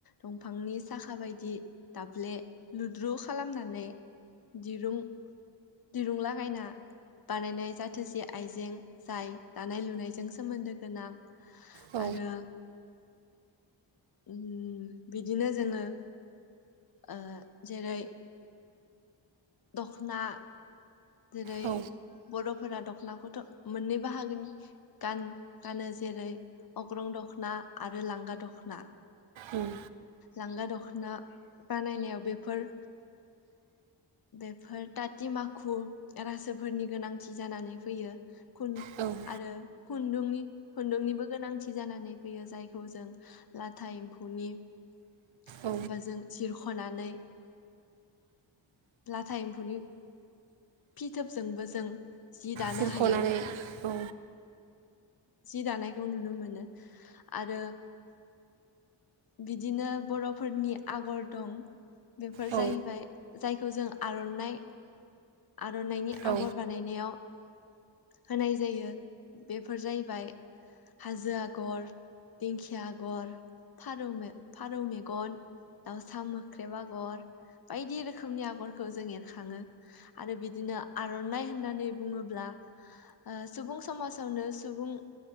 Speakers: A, on the left; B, on the right.
A: दंफांनि साखा बायदि दाब्ले लुद्रु खालामनानै दिरूं दिरुं लागायना बानायनाय जाथोसि आइजें जाय दानाय लुनायजों सोमोन्दो गोनां
B: औ
A: आरो ओम बिदिनो जोङो ओ जेरै दखना जेरै
B: औ
A: बर'फोरा दख दख नाखौथ' मोननै बाहागोनि गान गानो जेरै अग्रं दख'ना आरो लांगा दख ख्ना
B: उम
A: लांगा दख ना बानायनायाव बेफोर बेफोर ताटि माखु रासोफोरनि गोनांथि जानानै फैयो खुन
B: उम
A: आरो खुन्दुंनि खुन्दुंनिबो गोनांथि जानानै फैयो जायखौ जों लाथा एम्फौनि होमबा
B: औ
A: जों जिरख' बख'नानै लाथा एम्फौनि फिथोबजोंबो जों जि दानो
B: सिरख'नानै
A: हायो
B: औ
A: जि दानायखौ नुनो मोनो आरो बिदिनो बर'फोरनि आगर दं बेफोर
B: औ
A: जाहैबाय जायखौ जों आर'नाइ आर'नाइनि आगर
B: औ
A: बानायनायाव होनाय जायो बेफोर जाहैबाय हाजो आगर दिंखिया आगर फारौ मे फारौ मेगन दाउसा मोख्रेब आगर बायदि रोखोमनि आगरखौ जों एर खाङो आरो बिदिनो आर'नाइ होननानै बुङोब्ला ओ सुबुं समाजावनो सुबुं